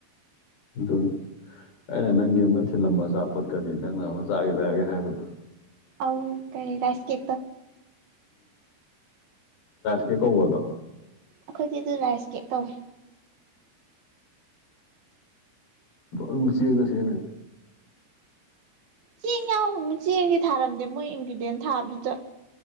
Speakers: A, on the left; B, on the right.
A: ꯑ <unintelligible> <inaudible> ꯑꯩꯅ ꯅꯪꯒꯤ ꯑꯃ ꯊꯤꯜꯂꯝꯕ ꯑꯆꯥꯄꯣꯠ ꯀꯔꯤ ꯅꯪꯅ ꯑꯃ ꯆꯥꯒꯦ ꯇꯥꯒꯦ ꯍꯥꯏꯕꯗꯣ
B: ꯑ ꯀꯩ ꯔꯥꯏꯁ ꯀꯦ
A: ꯀꯦ ꯀꯧꯗꯣ
B: ꯑꯩꯈꯣꯏꯗꯤ ꯑꯗꯨ ꯔꯥꯏꯁ ꯀꯦꯛ ꯇꯧꯋꯦ
A: ꯑꯗꯨ ꯁꯤꯗ ꯁꯤꯦ
B: ꯆꯦꯡ ꯆꯦꯡꯗꯤ ꯊꯥꯔꯝꯗꯦ ꯃꯣꯏ ꯏ ꯗꯦꯟ ꯊꯥꯕꯗꯨꯗ